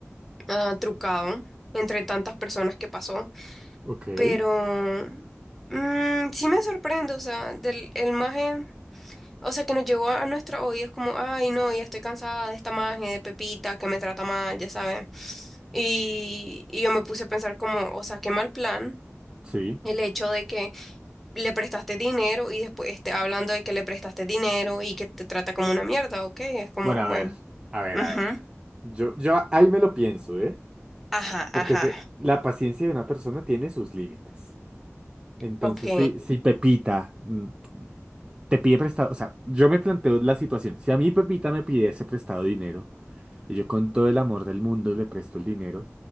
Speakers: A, in the centre; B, on the right (about 20°).
A: ah, trucado entre tantas personas que pasó.
B: Ok.
A: Pero mm, sí me sorprende, o sea, del el maje, o sea, que nos llegó a, nuestros oídos como, ay, no, ya estoy cansada de esta maje de Pepita que me trata mal, ya sabes. Y, y yo me puse a pensar como, o sea, qué mal plan
B: Sí.
A: el hecho de que le prestaste dinero y después esté hablando de que le prestaste dinero y que te trata como una mierda, ¿ok? Es como,
B: Bueno,
A: bueno,
B: a ver, a ver,
A: ujú,
B: a ver. Yo, yo ahí me lo pienso, ¿eh?
A: Ajá,
B: Porque
A: ajá,
B: es que la paciencia de una persona tiene sus límites. Entonces,
A: ok.
B: si, si Pepita mm, te pide prestado, o sea, yo me planteo la situación. Si a mí Pepita me pidiese prestado dinero, y yo con todo el amor del mundo le presto el dinero